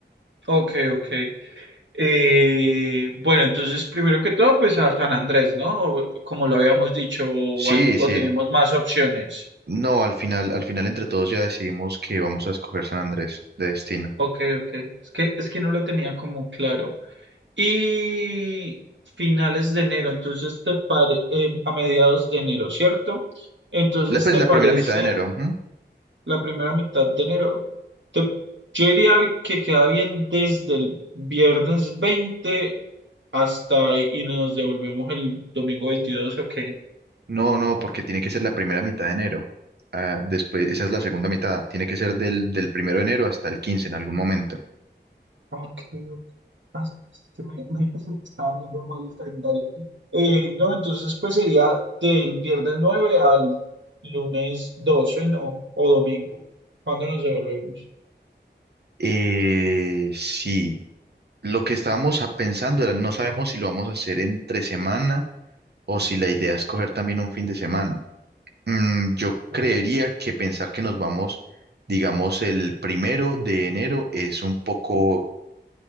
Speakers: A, on the right (about 80°); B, on the right (about 60°).
A: Ok, ok. Eh, bueno, entonces primero que todo, pues a San Andrés, ¿no? O- como lo habíamos dicho, o,
B: Sí,
A: algo- o
B: sí.
A: tenemos más opciones.
B: No, al final, al final entre todos ya decidimos que vamos a escoger San Andrés de destino.
A: Ok, ok. Es que, es que no lo tenía como claro. Y finales de enero, entonces te pare, eh, a mediados de enero, ¿cierto? Entonces,
B: La, pues
A: ¿te
B: la
A: parece?
B: primera mitad de enero. ujú.
A: la primera mitad de enero. Te- yo diría que queda bien desde el viernes 20 hasta y nos devolvemos el domingo 22, ¿ok?
B: No, no, porque tiene que ser la primera mitad de enero. Ah, después, esa es la segunda mitad. Tiene que ser del, del primero de enero hasta el quince en algún momento.
A: Ok, ok. Ah, es que me, me <laughs> estaba viendo mal el calendario. Eh, no, entonces pues sería del viernes 9 al lunes doce ¿no? O domingo. ¿Cuándo nos devolvemos?
B: Eh, sí. Lo que estábamos a- pensando era, no sabemos si lo vamos a hacer entre semana o si la idea es coger también un fin de semana. Mm, yo creería
A: Ok.
B: que pensar que nos vamos, digamos, el primero de enero es un poco,